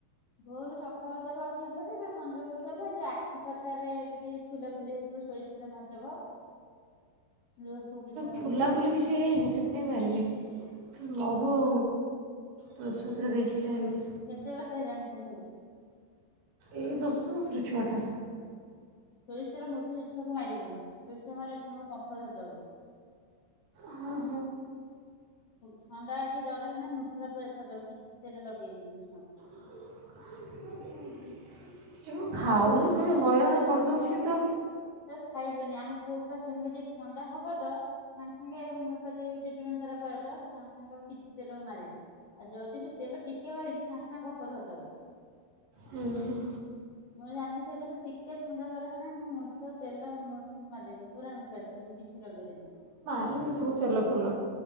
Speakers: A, on the left; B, on the right.
A: ଭୋରୁ ସଫା କରିଦବ ଆଖି ଉପରେ ବା ସଂଜକୁ ଦବ ଯୋଉ ଆଖି ପତାରେ ଟିକେ ଫୁଲା ଫୁଲି ହେଇଥିବ ସେ ସୋରିଷ ତେଲ ମାରିଦବ। ଲୁହ ଫୁହ କିଛି ଆଉ
B: ଫୁଲାଫୁଲି
A: ହେବନି ଛୁଆ
B: କିଛି ହେଇନି ସେଥିପାଇଁ ମାରିନି। ମହୁ ଆଉ ତୁଳସୀ ପତ୍ର ଦେଇଛି ଖାଇଆଲାଗି।
A: କେତେ ବର୍ଷ ହେଲାଣି ଝିଅକୁ?
B: ଏଇ ଦଶ ମାସର ଛୁଆଟା।
A: ସୋରିଷ ତେଲ ମଟୁରୁ ଛୁଆକୁ ମାରିବନି ସୋରିଷ ତେଲ ମାରିଲେ ଛୁଆଙ୍କୁ କମ୍ଫ ଧରିଦବ।
B: ହଁ।
A: ଥଣ୍ଡା କି ଜର ହେନା ନୁଖୁରା ଫୁରା ଛାଡିଦବ କିଛି ତେଲଗେଇବନି ଛୁଆଙ୍କୁ।
B: <inaudible> ସେ ମୁଁ
A: ଆମ
B: ଖାଉନି
A: ପୁର ସେମିତି
B: ଭାରି ହଇରାଣ
A: ଆମେତ
B: କରିଦେଉଛି ତ
A: ଖାଇବେନି ଆମ ପୁଅ ପା ସେମିତି ଥଣ୍ଡା ହବ ତ ସାଙ୍ଗେ ସାଙ୍ଗେ ହୋମିଓପାଥି ଟ୍ରିଟମେଣ୍ଟ ତାର କରା ସେ ସାଙ୍ଗେ ସାଙ୍ଗ ତାକୁ କିଛି ତେଲ ମୁଁ ମାରେନି, ଆଉ ଯଦି ବି ତେଲ ଟିକେ ମାରିଛି ସାଙ୍ଗେ ସାଙ୍ଗେ କଫ ଧରିଦବ।
B: ହୁଁ ହୁଁ।
A: ମୁଁ ଜାନି ସେଦିନଠୁ ଟିକେ ଥଣ୍ଡା ଧରେ କି ନାହିଁ ମୁଁ ମୁଥ ତେଲ ମୁଠୁକୁ ମାରିଦେବି ପୁରା ନୁଖୁରା ଛାଡିଦେବି। କିଛି ଲଗେଇ ଦେମିନି।
B: ସବୁ ତେଲ ଫୁଲ